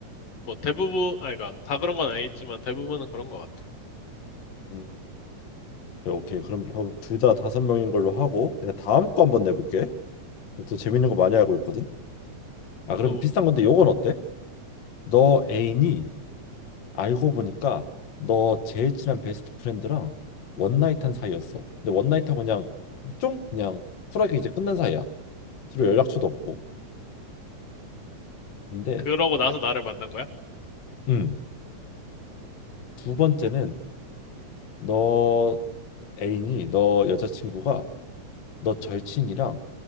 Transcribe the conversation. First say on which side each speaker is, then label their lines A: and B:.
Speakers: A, on the left (about 55°); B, on the left (about 80°).
A: 뭐 대부분, 아니, 그니까 다 그런 건 아니지만 대부분은 그런 거 같아.
B: 음, 네, 오케이 그럼 둘 다 다섯 명인 걸로 하고 내가 다음 거 한번 내볼게. 또 재밌는 거 많이 알고 있거든. 아 그럼
A: 또,
B: 비슷한 건데 요건 어때? 너 애인이 알고 보니까 너 제일 친한 베스트 프렌드랑 원나잇한 사이였어. 근데 원나잇하고 그냥 쫑 그냥 쿨하게 이제 끝난 사이야. 서로 연락처도 없고. 근데
A: 그러고 나서 나를 만난 거야?
B: 음, 두 번째는 너 애인이 너 여자친구가 너 절친이랑